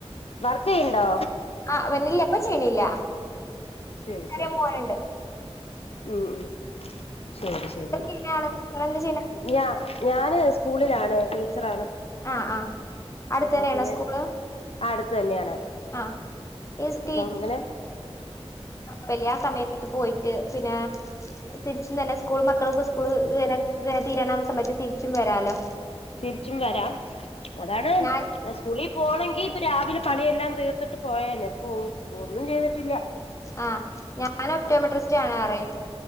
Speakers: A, on the left; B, on the left.
A: വർക്ക് ചെയ്യണ്ടോ
B: ആഹ് വന്നില എപ്പ ചെയ്യണില്ല
A: ശരി
B: ചെറിയ
A: ശരി
B: മോനുണ്ട്
A: ഉം ഉം ശരി ശരി
B: എന്താ ചെയ്യണ ആള് നിങ്ങളെന്താ ചെയ്യണെ
A: ഞാ ഞാന് സ്കൂളിലാണ് ടീച്ചറാണ്
B: ആഹ് ആഹ് അടുത്തന്നെയ
A: അപ്പൊ പിന്നെ
B: ആണ സ്കൂള്
A: ആ അടുത്ത് തന്നെയാണ്
B: ആഹ് <inaudible>
A: അപ്പൊ അങ്ങനെ
B: പെല്ല്യാ സമയത്ത് പോയിട്ട് പിന്നെ തിരിച്ചും തന്നെ സ്കൂൾ മക്കളക്ക സ്കൂൾ <unintelligible> <unintelligible> തീരണ സമയത്ത് തിരിച്ചും വരാലോ
A: തിരിച്ചും വരാം അതാണ്
B: ഞാൻ
A: സ്കൂളിൽ പോണമെങ്കിൽ ഇപ്പ രാവിലെ പണിയെല്ലാം തീർത്തിട്ട് പോയന്നെ ഇപ്പൊ ഒന്നും ചെയ്തിട്ടില്ല
B: ആഹ് ഞാൻ ഒപ്റ്റോമെട്രിസ്റ്റ് ആണ ആറയും